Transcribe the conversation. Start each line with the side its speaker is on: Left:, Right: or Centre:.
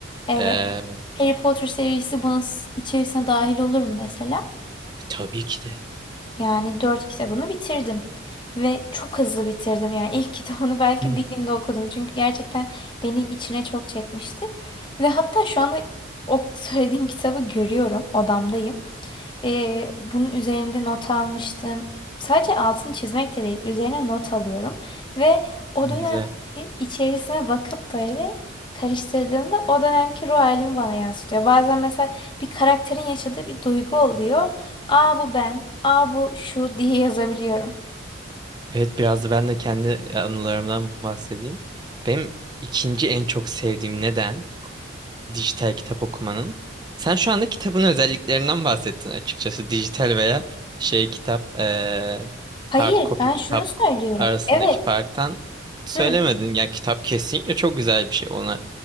Left: evet.
Right: eee,
Left: Harry Potter serisi bunun s- içerisine dahil olur mu mesela?
Right: tabii ki de.
Left: Yani dört kitabını bitirdim. Ve çok hızlı bitirdim. Yani ilk <laughs> kitabını belki
Right: Hı.
Left: bir günde okudum. Çünkü gerçekten beni içine çok çekmişti. Ve hatta şu anda o söylediğim kitabı görüyorum. Odamdayım. Ee, bunun üzerinde not almıştım. Sadece altını çizmek de değil, üzerine not alıyorum. Ve o
Right: Güzel.
Left: dönemki içerisine bakıp böyle karıştırdığımda o dönemki ruh halimi bana yansıtıyor. Bazen mesela bir karakterin yaşadığı bir duygu oluyor. Aa bu ben, aa bu şu diye yazabiliyorum.
Right: Evet biraz da ben de kendi anılarımdan bahsedeyim. Benim ikinci en çok sevdiğim neden? dijital kitap okumanın. Sen şu anda kitabın özelliklerinden bahsettin açıkçası. Dijital veya şey kitap, eee
Left: Hayır,
Right: hard copy
Left: ben
Right: kitap
Left: şunu söylüyorum.
Right: arasındaki
Left: Evet,
Right: farktan söylemedin.
Left: hı.
Right: Ya kitap kesinlikle çok güzel bir şey. Ona